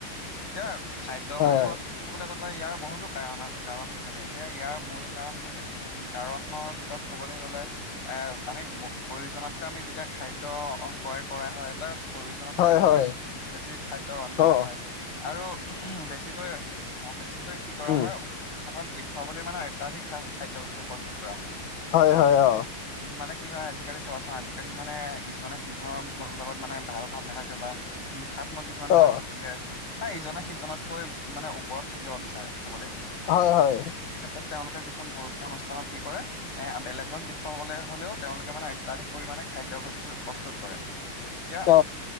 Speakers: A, on the left; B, on the left.
A: এতিয়া খাদ্য অপচয়
B: হয়
A: ক'বলৈ গ'লে, ইয়াৰ বহুতো কাৰণ, কাৰণ, থাকে এতিয়া ইয়াৰ মূল কাৰণ বুলি, কাৰণৰ ভিতৰত ক'বলৈ গ'লে এ আমি প্ৰয়োজনতকৈ আমি, যেতিয়া খাদ্য ক্ৰয় কৰা হয় বা প্ৰয়োজনতকৈ
B: হয়
A: যেতিয়া
B: হয়
A: বেছি খাদ্য ৰন্ধা
B: অ
A: হয়। আৰু বেছিকৈ অ', বেছিকৈ কি কৰা
B: উম
A: হয়, খানাত দেখুৱাবলৈ মানে অত্যাধিক খা খাদ্য বস্তু প্ৰস্তুত কৰা হয়।
B: হয়
A: যে
B: হয় অ
A: মানে কি হয় আজি-কালি চাবাচোন আজি-কালি মানে ইজনে সিজনৰ লগত মানে ভাল ভাৱ নাথাকে বা হিংসাত্মক কিছুমান ভাৱ
B: অ
A: থাকে মানে ইজনে সিজনতকৈ মানে ওপৰত থাকিব বিচাৰে কবলৈ গ'লে।
B: হয় হয়
A: সেই ক্ষেত্ৰত তেওঁলোকে কিছুমান ঘৰুৱা অনুষ্ঠানত কি কৰে এ বেলেগত দেখুৱাব গ'লে হলেও তেওঁলোকে মানে অত্যাধিক পৰিমাণে খাদ্য বস্তু প্ৰস্তুত কৰে। এতিয়া
B: অ